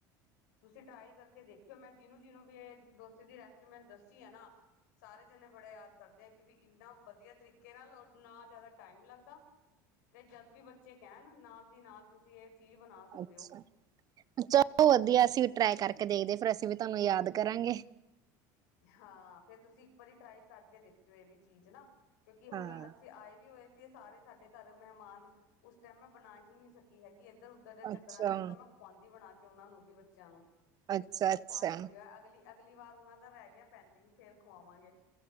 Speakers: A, on the left; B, on the right.
A: ਤੁਸੀਂ ਟਰਾਈ ਕਰਕੇ ਦੇਖਿਓ ਮੈਂ ਜਿਹਨੂੰ-ਜਿਹਨੂੰ ਵੀ ਇਹ ਡੋਸੇ ਦੀ ਰੈਸਿਪੀ ਮੈਂ ਦੱਸੀ ਏ ਨਾ। ਸਾਰੇ ਜਣੇ ਬੜੇ ਯਾਦ ਕਰਦੇ ਆ ਕਿ ਵੀ ਇੰਨਾ ਵਧੀਆ ਤਰੀਕੇ ਨਾਲ ਔਰ ਨਾ ਜ਼ਿਆਦਾ ਟਾਈਮ ਲੱਗਦਾ। ਤੇ ਜਦ ਵੀ ਬੱਚੇ ਕਹਿਣ ਨਾਲ ਦੀ ਨਾਲ ਤੁਸੀਂ ਇਹ ਚੀਜ਼ ਬਣਾ ਸਕਦੇ
B: ਅੱਛਾ
A: ਹੋ
B: ਚਲੋ ਵਧੀਆ ਅਸੀਂ ਟਰਾਈ ਕਰਕੇ ਦੇਖਦੇ ਫਿਰ ਅਸੀਂ ਵੀ ਤੁਹਾਨੂੰ ਯਾਦ ਕਰਾਂਗੇ।
A: ਹਾਂ ਫੇਰ ਤੁਸੀਂ ਇੱਕ ਵਾਰੀ ਟਰਾਈ ਕਰਕੇ ਦੇਖਿਓ ਇਹ ਵੀ ਚੀਜ਼ ਨਾ। ਕਿਉਂਕਿ
B: ਹਾਂ
A: ਹੁਣ ਅਸੀਂ ਆਏ ਵੀ ਹੋਏ ਸੀ ਸਾਰੇ ਸਾਡੇ ਘਰ ਮਹਿਮਾਨ ਉਸ ਟਾਈਮ ਮੈਂ ਬਣਾ ਹੀ ਨਹੀਂ ਸਕ ਕੀ ਹੈਗੀ ਇੱਧਰ-ਉੱਧਰ ਦੇ
B: ਅੱਛਾ
A: ਚੱਕਰਾਂ ਚ ਨਹੀਂ ਤਾਂ ਮੈਂ ਖੁਆਂਦੀ ਬਣਾ ਕੇ ਉਹਨਾ ਨੂੰ ਵੀ ਬੱਚਿਆਂ ਨੂੰ
B: ਅੱਛਾ ਅੱਛਾ
A: ਖਵਾਣਾ ਹੀ ਸੀਗਾ ਅਗਲੀ ਅਗਲੀ ਵਾਰ ਉਹਨਾਂ ਦਾ ਰਹਿ ਗਿਆ ਪੈਂਡਿੰਗ ਫੇਰ ਖਵਾਵਾਂਗੇ।